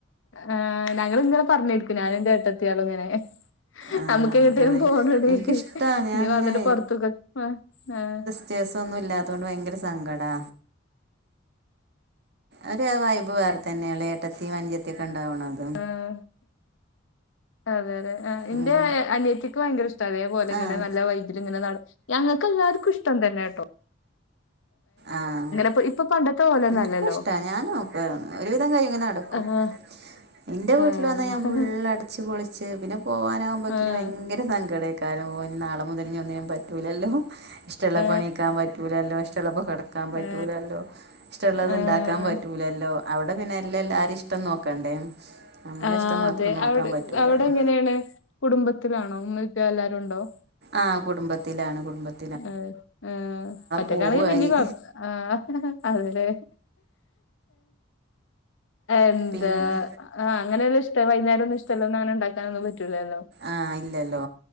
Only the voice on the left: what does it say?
ആഹ് ഞങ്ങള് ഇങ്ങലെ പറഞ്ഞിക്കും ഞാന എൻറെ ഏട്ടത്തിയാളിങ്ങനെ
നമുക്ക് എങ്ങട്ടേലും
പോണേണ്ടങ്കി
ഇനി
വന്നിട്ട് പൊറത്തുക്കെ ആഹ് ആഹ്...
ആഹ് അതെ അതെ എന്റെ
അനിയത്തിക്ക് ഭയങ്കര ഇഷ്ടം അതേപോലെ ഇങ്ങനെ
നല്ല വൈബീ ഇങ്ങനെ ന ഞങ്ങക്ക്ല്ലാവർക്കും ഇഷ്ട തന്നെട്ടോ
ഇപ്പൊ ഇപ്പൊ പണ്ടത്തെ പോലെന്നല്ലല്ലോ
ആഹ്
ആഹ്
ആഹ്
ആഹ്
ആഹ്
ആഹ് ആഹ്
ആഹ്
അതെ
അവിടെ
അവിടെ എങ്ങനെയാണ് കുടുംബത്തിലാണോങ്ങക്ക എല്ലരുംണ്ടോ?
ഉം ഉം അതെ
ണങ്കീ പിന്നീ കൊഴ ആഹ് അതേ അഹ് അതേലെ എന്താ?
ആഹ് അങ്ങനെല്ല ഇഷ്ടവൈന്നേരം ഇഷ്ടല്ലന്ന അനെ ഉണ്ടാക്കാന ഒന്നും പറ്റില്ലല്ലോ